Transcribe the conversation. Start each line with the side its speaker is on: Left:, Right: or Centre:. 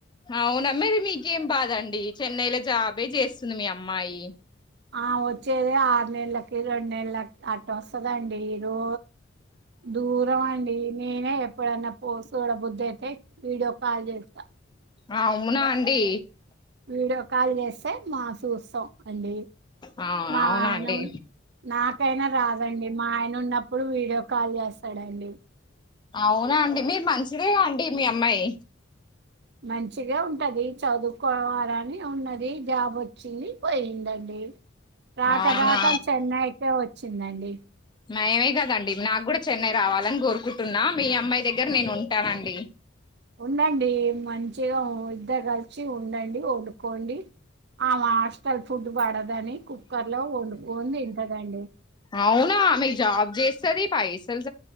Left: అవున మరి మీకేం బాదండి చెన్నైలో జాబే చేస్తుంది మీ అమ్మాయి
Right: ఆ వచ్చేది ఆరు నెల్లకి రెండు నెల్లకి అ వస్తదండి రో. దూరం అండి నేనే ఎప్పుడన్న ఓ సూడ బుద్ది అయితే వీడియో కాల్ చేస్తా
Left: ఆ అవునా అండి
Right: వీడియో కాల్ చేస్తే మా చూస్తాం అండి
Left: అ
Right: మా
Left: అవునా అండి
Right: నా నా రాదండి మా ఆయన ఉన్నప్పుడు వీడియో కాల్ చేస్త డండి
Left: అవునా అండి మీకు మంచిదే గా అండి మీ అమ్మాయి
Right: మంచిగా ఉంటది చదువుకోవాలని ఉన్నది జాబ్ వచ్చింది పోయిందండి రాక
Left: అవునా
Right: రాక చెన్నైకె వచ్చ చిందండి
Left: నయమే కదండి నాకు కూడా చెన్నై రావాలని కోరుకుంటున్నా మీ అమ్మాయి దగ్గర నేను ఉంటానండి
Right: ఉండండి మంచిగా ఇద్దరు కలిసి ఉండండి వండుకోండి ఆమె హాస్టల్ ఫుడ్ పడద్ దని కుక్కర్ లో వండుకని తింటదండి
Left: అవునా ఆమె జాబ్ చేస్తది పైసలు